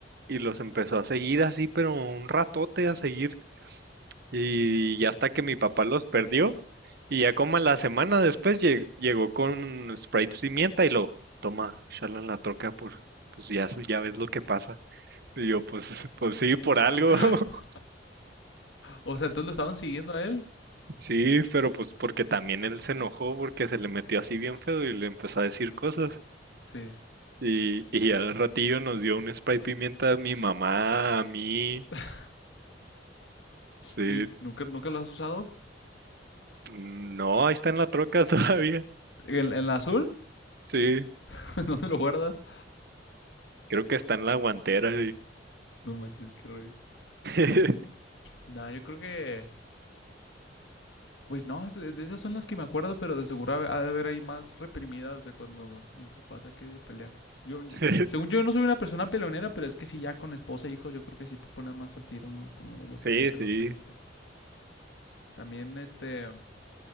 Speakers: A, on the right; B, on the left.
A: y los empezó a seguir así, pero un ratote a seguir y ya hasta que mi papá los perdió y ya como a la semana después lleg- llegó con Sprite pimienta y lo toma, échalo en la troca por, pues ya, ya ves lo que pasa. Y yo, pues, pues sí, por algo.
B: <gasps>
A: <laughs>
B: O sea, entonces lo estaban siguiendo a él.
A: Sí, pero pues porque también él se enojó porque se le metió así bien feo y le empezó a decir cosas.
B: Sí.
A: Y, y al ratillo nos dio un spray pimienta a mi mamá, a mí.
B: <laughs>
A: Sí.
B: ¿Y nunca, nunca lo has usado?
A: No, ahí está en la troca <laughs> todavía.
B: ¿En, en la azul?
A: Sí,
B: <laughs> ¿Dónde lo guardas?
A: creo que está en la guantera.
B: No manches, qué rollo.
A: Sí,
B: Nah, yo creo que. Pues no, de esas son las que me acuerdo, pero de seguro ha ha de haber ahí más reprimidas de cuando mis papás han querido pelear. Yo, yo-
A: <laughs>
B: según yo, no soy una persona peleonera, pero es que si ya con esposa e hijos, yo creo que sí te pones más al tiro, ¿no? Como de lo
A: sí.
B: que te hace
A: sí.
B: la otra gente. También, este.